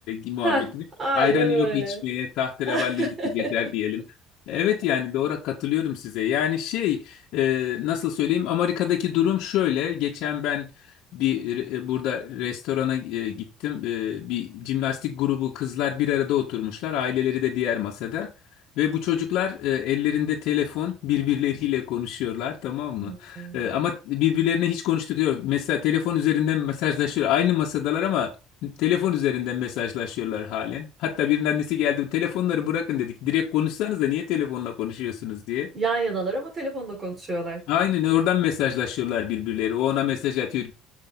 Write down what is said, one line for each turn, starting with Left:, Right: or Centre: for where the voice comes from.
Left: e,
Right: Ha,
Left: muhabbetini
Right: aynen
Left: ayran
Right: öyle.
Left: yok içmeye tahterevalliyle
Right: <laughs>
Left: gezer diyelim. Evet yani doğru katılıyorum size. Yani şey e, nasıl söyleyeyim Amerika'daki durum şöyle. Geçen ben bir e, burada restorana e, gittim. E, bir jimnastik grubu kızlar bir arada oturmuşlar. Aileleri de diğer masada. Ve bu çocuklar e, ellerinde telefon birbirleriyle konuşuyorlar tamam mı?
Right: Hmm.
Left: Ee, ama birbirlerine hiç konuştukları yok. Mesela telefon üzerinden mesajlaşıyor. Aynı masadalar ama telefon üzerinden mesajlaşıyorlar halen. Hatta birinin annesi geldi, telefonları bırakın dedik. Direkt konuşsanız da niye telefonla konuşuyorsunuz diye.
Right: Yan yanalar ama telefonla konuşuyorlar.
Left: Aynen oradan mesajlaşıyorlar birbirleri. O ona mesaj atıyor,